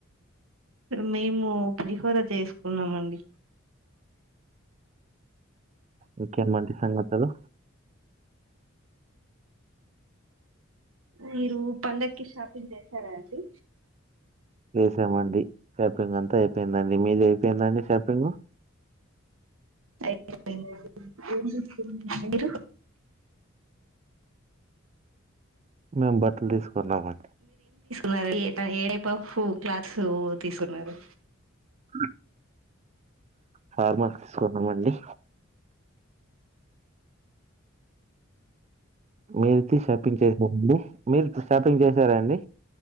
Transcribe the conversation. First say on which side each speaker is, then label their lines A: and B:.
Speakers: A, on the right; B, on the right.
A: మేము పులిహోర చేసుకున్నామండి
B: ఇంకేమండి సంగతులు
A: మీరు పండగకి షాపింగ్ చేసారా అండి
B: చేసామండి షాపింగ్ అంతా అయిపోయిందండి మీద అయిపోయిందండి షాపింగ్
A: అయిపోయిందండి మీరు
B: మేము బట్టలు తీసుకున్నామండి
A: మరి ఏ టైప్ ఆఫ్ క్లాత్స్ తీసుకున్నారు
B: ఆ ఫార్మల్స్ తీసుకున్నామండి మీరు వొచ్చి షాపింగ్ చేసారండి మీరు షాపింగ్ చేశారా అండి